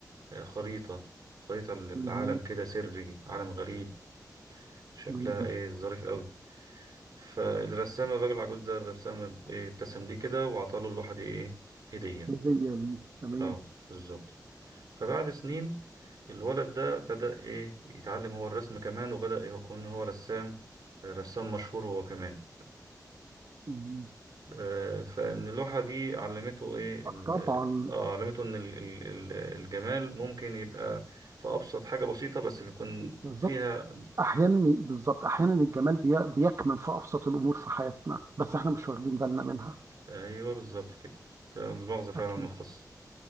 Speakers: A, on the right; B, on the right.
A: آه، خريطه خريطه للعالم
B: مم.
A: كده سري عالم غريب شكلها
B: تمام
A: ايه ظريف قوي فالرسام الراجل العجوز ده الرسام إيه، ابتسم ليه كده وعطاله اللوحه دي ايه هديه
B: هدية ليه تمام
A: اه بالظبط فبعد سنين الولد ده بدأ إيه يتعلم هو الرسم كمان وبدأ يكون هو رسام رسام مشهور هو كمان
B: مم.
A: آه، فإن اللوحة دي علمته إيه ال-
B: طبعا
A: آه علمته إن ال- ال- ال- الجمال ممكن يبقى في أبسط حاجة بسيطة بس بيكون
B: بالظبط
A: فيها
B: احيانا بالظبط احيانا الجمال بي- بيكمن في ابسط الامور في حياتنا بس احنا مش واخدين بالنا منها
A: أيوه بالظبط كده ده المغزى فعلا
B: اكيد
A: من القصة